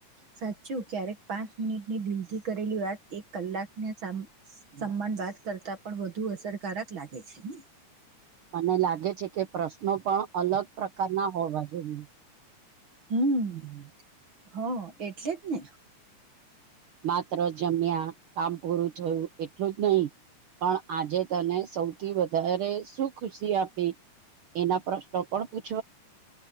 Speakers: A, on the right; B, on the right.
A: સાચું ક્યારેક પાંચ મિનિટની દિલ થી કરેલી વાત એક કલાકને સમાન વાત કરતા પણ વધુ અસરકારક લાગે છે હમ
B: મને લાગે છે કે પ્રશ્નો પણ અલગ પ્રકારના હોવા જોઈએ
A: હમ હ એટલે જ ને
B: માત્ર જમ્યા કામ પૂરું થયું એટલું જ નહી પણ આજે તને સૌથી વધારે <unintelligible> આપે એના પ્રશ્નો પણ પૂછ